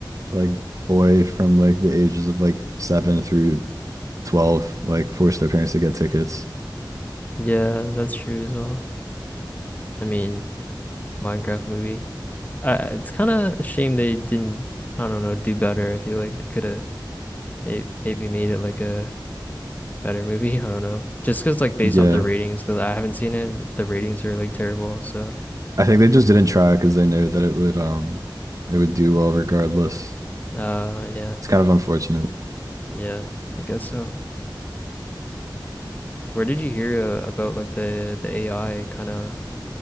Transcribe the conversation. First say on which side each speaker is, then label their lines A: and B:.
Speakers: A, on the right; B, on the left.
A: like boy from like the ages of like seven through 12 like forced their parents to get tickets.
B: Yeah, that's true as well. I mean, Minecraft movie. Uh, it's kind of a shame they didn't, I don't know, do better. I feel like they could have may maybe made it like a better movie. <laughs> I don't know. Just 'cause like based
A: Yeah.
B: off the ratings, 'cause I haven't seen it, the ratings are like terrible. So,
A: I think they just didn't try because they knew that it would um it would do well regardless.
B: uh, yeah,
A: It's kind of unfortunate.
B: yeah, I guess so. Where did you hear uh, about like the the AI kind of